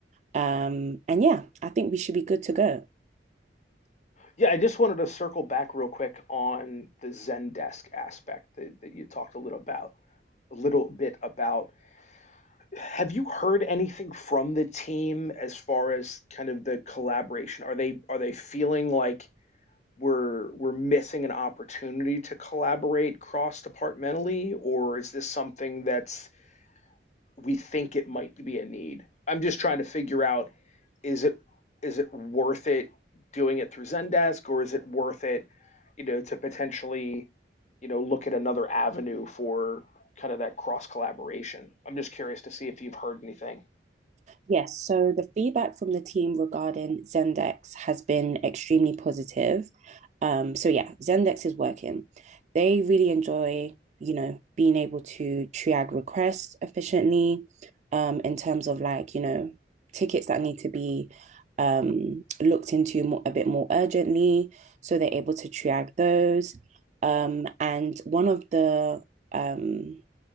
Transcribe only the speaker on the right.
Um, and yeah, I think we should be good to go.
Yes, so the feedback from the team regarding Zendex has been extremely positive. Um, so yeah, Zendex is working. They really enjoy, you know, being able to triage requests efficiently, um, in terms of like, you know, tickets that need to be um looked into more, a bit more urgently. So they're able to triage those. Um, and one of the um